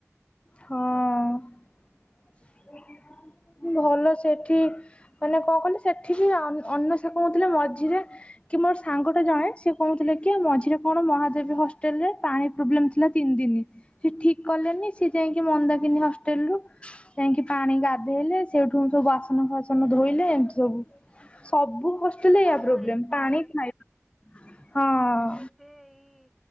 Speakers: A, on the left; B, in the centre.
A: ହଁ ଅଁ ଭଲ ସେଠି, ମାନେ କଣ କଲେ ସେଠିକି ଅନ୍ୱେଷା କହୁଁଥିଲେ, ମଝିରେ କି ମୁଁ ମୋର ସାଙ୍ଗଟା ଜଣେ ସେ କହୁଥିଲେ କି, ମଝିରେ କଣ ମହାଦେବୀ ହଷ୍ଟେଲରେ ପାଣି ପ୍ରୋବ୍ଲେମ୍ ଥିଲା ତିନି ଦିନି। ସେ ଠିକ୍ କଲେନି ସିଏ ଯାଇକି ମନ୍ଦାକିିନି ହଷ୍ଟେଲରୁ ଯାଇଁକି ପାଣି ଗାଧେଇଲେ, ସେଠୁଁ ସବୁ ବାସନ ଫାସନ ଧୋଇଲେ ଏମତି ସବୁ। ସବୁ ହଷ୍ଟେଲରେ
B: ହଁ
A: ଏୟା
B: ହଁ
A: ପ୍ରୋବ୍ଲେମ୍
B: ଏବେ
A: ପାଣି, ଖାଇବା। ହଁ
B: ଏବେ ଏଇ